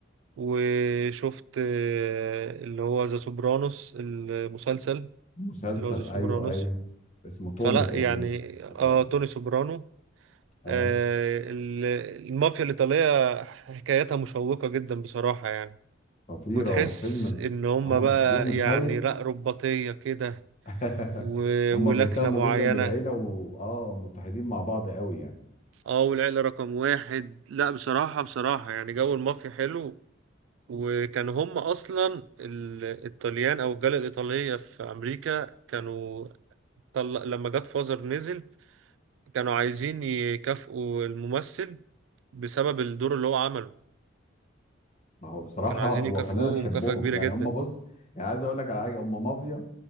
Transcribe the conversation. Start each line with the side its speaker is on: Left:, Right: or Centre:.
Right: وشفت آه، اللي هو ذا سوبرانوس المسلسل
Left: مسلسل
Right: اللي هو ذا سوبرانوس
Left: ايوه ايوه اسمه توني
Right: فلا
Left: تقريبا
Right: يعني
Left: سوبرانوس
Right: اه توني سوبرانو
Left: اه
Right: آه ال- المافيا الإيطالية حكايتها مشوقة جدا بصراحة يعني
Left: خطيرة
Right: وتحس
Left: وفيلم
Right: ان هما
Left: اه
Right: بقى
Left: ليهم ستايل
Right: يعني لا رباطية كده
Left: <laughs>
Right: و-
Left: هم
Right: ولكنة
Left: بيهتموا
Right: معينة
Left: جدا بالعيلة و... اه متحدين مع بعض قوي يعني
Right: اه والعيلة رقم واحد لا بصراحة بصراحة يعني جو المافيا حلو وكانوا هم اصلا ال- الطليان او الجالية الايطالية في امريكا كانوا طل... لما جاد فازر نزل كانوا عايزين يكافئوا الممثل بسبب الدور اللي هو عمله
Left: ما هو بصراحة
Right: كانوا عايزين
Left: هو
Right: يكافئوه
Left: خلانا نحبهم
Right: مكافأة كبيرة
Left: يعني
Right: جدا
Left: هم بص يعني عايز اقول لك على حاجة هم مافيا